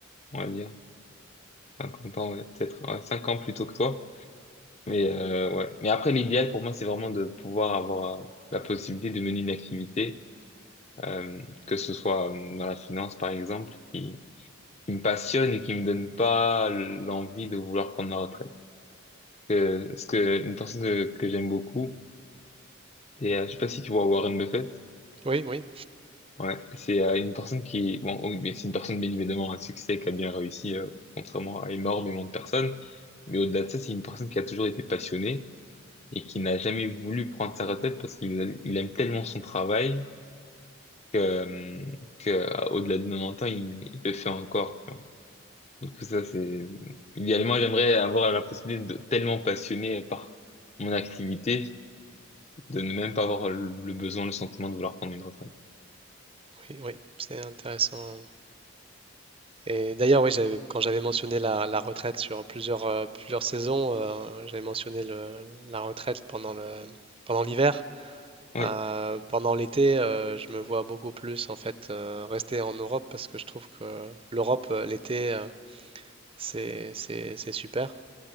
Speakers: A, on the left; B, on the right.
A: on va dire. 50 ans, ouais, peut-être. Ouais, 5 ans plus tôt que toi. Mais euh, ouais. Mais après, l'idéal pour moi, c'est vraiment de pouvoir avoir euh, la possibilité de mener une activité, euh, que ce soit euh, dans la finance, par exemple, qui, qui me passionne et qui me donne pas l'envie de vouloir prendre ma retraite. Euh, parce que une personne que, que j'aime beaucoup, et euh, je sais pas si tu vois Warren Buffett,
B: Oui, oui,
A: Ouais, c'est euh, une personne qui, bon, oh, mais c'est une personne bien évidemment à succès qui a bien réussi, euh, contrairement à énormément de personnes. Mais au-delà de ça, c'est une personne qui a toujours été passionnée et qui n'a jamais voulu prendre sa retraite parce qu'il a- il aime tellement son travail que, euh, que euh, au-delà de 90 ans, il, il le fait encore. Tu vois. Donc ça, c'est idéalement, j'aimerais avoir la possibilité de tellement passionné par mon activité de ne même pas avoir le le besoin, le sentiment de vouloir prendre une retraite.
B: oui, oui. C'est intéressant. Et d'ailleurs, oui, j'avais, quand j'avais mentionné la, la retraite sur plusieurs, euh, plusieurs saisons, euh, j'avais mentionné le- la retraite pendant le, pendant l'hiver.
A: Oui,
B: Euh, pendant l'été, euh, je me vois beaucoup plus en fait euh, rester en Europe parce que je trouve que l'Europe, euh, l'été, euh, c'est, c'est, c'est super.